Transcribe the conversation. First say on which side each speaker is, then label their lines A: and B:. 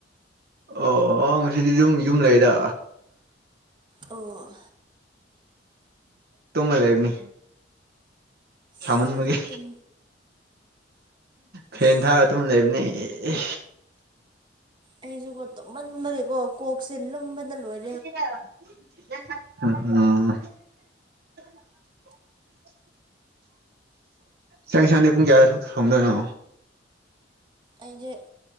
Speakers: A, on the right; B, on the right.
A: ꯑꯣ ꯑꯣ ꯉꯁꯤꯗꯤ ꯌꯨꯝ ꯌꯨꯝ ꯂꯩꯗ
B: ꯑꯣ
A: ꯇꯨꯝꯃ ꯂꯩꯕꯅꯤ
B: ꯑꯁ
A: ꯁꯥꯃꯟꯕꯒꯤ
B: ꯑꯩꯁꯨ ꯇꯨꯝ
A: ꯐꯦꯟ
B: ꯑꯁ
A: ꯊꯥꯔ ꯇꯨꯝ ꯂꯩꯕꯅꯦ ꯑꯦ
B: ꯑꯩꯁꯨꯀꯣ ꯇꯨꯝꯃꯟꯕꯒꯤꯀꯣ ꯀꯣꯛꯁꯦ ꯂꯨꯝꯕꯗ ꯂꯣꯏ
A: ꯑꯝ ꯆꯪ ꯌꯦꯟꯁꯥꯡꯗꯤ ꯄꯨꯡ ꯀꯌꯥ ꯊꯣꯡꯗꯣꯏꯅꯣ
B: ꯑꯩꯁꯦ